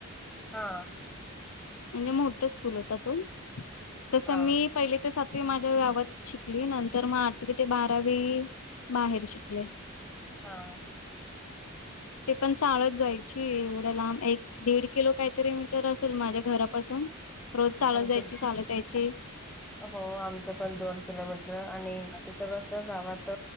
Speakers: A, in the centre; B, on the left (about 80°).
A: हा
B: म्हणजे मोठं स्कूल होता तो तसं
A: हा
B: मी पहिली ते सातवी माझ्या गावात शिकली नंतर मग आठवी ते बारावी बाहेर शिकले
A: हा
B: ते पण चालत जायची एवढं लांब एक दीड किलो काहीतरी मीटर असेल माझ्या घरापासून रोज चालत
A: आमचं
B: जायची चालत यायची
A: हो आमचं पण दोन किलोमीटर आणि इथं कसं गावांत